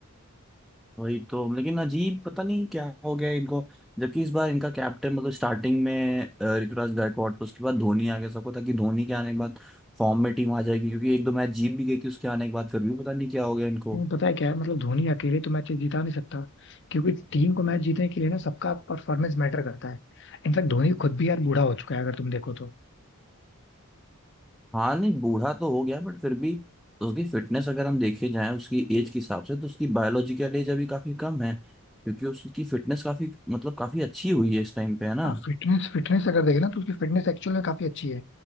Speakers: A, in the centre; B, on the left.
A: वही तो लेकिन अजीब पता नहीं क्या हो गया इनको जबकि इस बार इनका कैप्टन मतलब स्टार्टिंग में अ, ऋतुराज गायकवाड तो उसके बाद धोनी आ गया सबको था कि धोनी के आने के बाद फॉर्म में टीम आ जाएगी क्योंकि एक दो मैच जीत भी गई थी उसके आने के बाद फिर भी पता नहीं क्या हो गया इनको
B: नहीं पता है क्या है मतलब धोनी अकेले तो मैच जीता नहीं सकता क्योंकि टीम को मैच जीतने के लिए ना सबका परफॉर्मेंस मैटर करता है इनफैक्ट धोनी खुद भी यार बूढ़ा हो चुका है अगर तुम देखो तो
A: हाँ नहीं बूढ़ा तो हो गया बट फिर भी तो उसकी फिटनेस अगर हम देखे जाएं उसकी एज के हिसाब से तो उसकी बायोलॉजिकल एज अभी काफी कम है क्योंकि उसकी फिटनेस काफी मतलब काफी अच्छी हुई है इस टाइम पे है ना
B: फिटनेस फिटनेस अगर देखें ना तो उसकी फिटनेस एक्चुअल में काफी अच्छी है